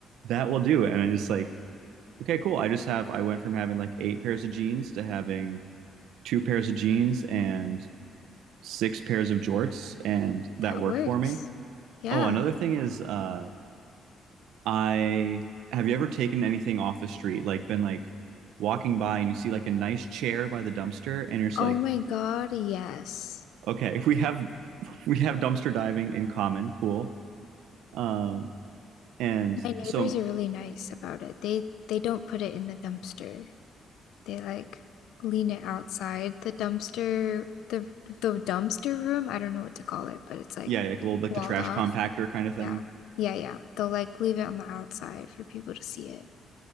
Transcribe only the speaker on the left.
That
works.
Yeah.
Oh
my God, yes.
My neighbors
are really nice about it. They they don't put it in the dumpster. They like lean it outside the dumpster, the the dumpster room. I don't know what to call it, but it's like
walled
off.
Yeah. Yeah, yeah. They'll like leave it on the outside for people to see it.